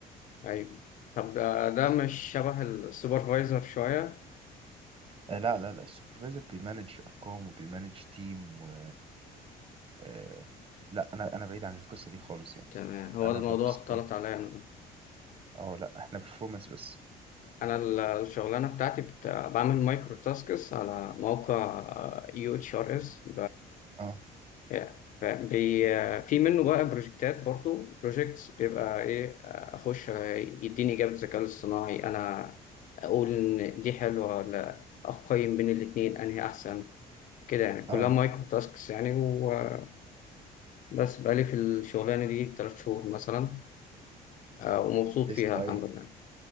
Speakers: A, on the left; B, on the right.
A: أيوه طب ده, ده
B: اصلا
A: مش شبه السوبرفايزر شوية
B: آه، لا لا لا السوبرفايزر بيمانج ارقام وبيمانج تيم و آه، لا انا انا بعيد عن القصه دي خالص يعني
A: تمام هو
B: انا
A: الموضوع
B: ببص
A: اختلط
B: اه
A: عليا أنا
B: آه، لا احنا بيرفورمانس بس
A: أنا ال- الشغلانة بتاعتي بت... بعمل مايكرو تاسكس على موقع يو اتش ار اس
B: اه
A: ف- بي... آه، في منه بقى بروجكتات برضو بروجكتس بيبقى ايه آه، اخش يديني اجابه الذكاء الاصطناعي انا اقول ان دي حلوه ولا اقيم بين الاتنين انهي احسن كده يعني كلها
B: اه
A: مايكرو تاسكس يعني وبس بقالي في الشغلانه دي تلات شهور مثلا آه، ومبسوط
B: اسمه
A: فيها الحمد
B: ايه
A: لله